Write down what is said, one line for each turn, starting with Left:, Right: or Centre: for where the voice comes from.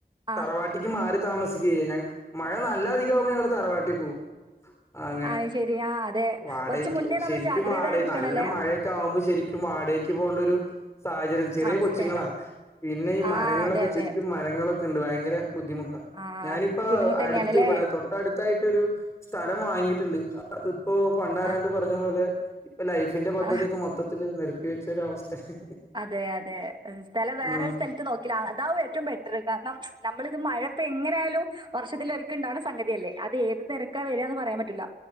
Right: ആഹ്
Left: തറവാട്ടിക്ക് മാറി താമസിക്കുക ചെയ്യുന്നേ മഴ നല്ല നിക്കു നിക്കുവാണേ ഞങ്ങള് തറവാട്ടിൽ പോവും അങ്ങനെ
Right: ആഹ് ശരി ആഹ് അതെ
Left: വാടകക്ക്
Right: കുറച്ച് മുന്നേ നമ്മൾ
Left: ശരിക്കും
Right: ജാഗ്രതയിരിക്കണല്ലേ
Left: വാട നല്ല മഴയൊക്കെ ആകുമ്പോൾ ശരിക്കും വാടകക്ക് പോകേണ്ട ഒരു സാഹചര്യം ചെറിയ
Right: അവസ്ഥയാണ്
Left: കൊച്ചുങ്ങളാ പിന്നെ ഈ
Right: ആഹ്
Left: മരങ്ങളൊക്കെ
Right: അതെ അതെ
Left: ചുറ്റും മരങ്ങളൊക്കെ ക്കെണ്ട് ഭയങ്കര ബുദ്ധിമുട്ടാ
Right: ആഹ്
Left: ഞാനിപ്പോ
Right: ബുദ്ധിമുട്ട്
Left: അടുത്ത്
Right: തന്നെയാണല്ലേ
Left: ഇവിടെ അടുത്തായിട്ടൊരു സ്ഥലം വാങ്ങിയിട്ടുണ്ട് അത് ഇപ്പൊ പണ്ടാരാണ്ട്
Right: ആഹ്
Left: പറഞ്ഞ പോലെ ഇപ്പൊ ലൈഫിന്റെ പദ്ധതി
Right: ആഹ്
Left: ഒക്കെ മൊത്തത്തില് നി പേടിച്ചൊരു അവസ്ഥയെ
Right: അതെ അതെ സ്ഥലം വേറൊരു
Left: ഉം
Right: സ്ഥലത്ത് നോക്കില്ലേ അതാവും ഏറ്റവും ബെറ്ററ് കാരണം നമ്മളിത് മഴ ഇപ്പൊ എങ്ങനെയായാലും വർഷത്തിലൊരിക്ക ഇണ്ടാവണ സംഗതിയല്ലേ അതേത് തെരക്കാ വരികാന്ന് പറയാൻ പറ്റുല്ലാ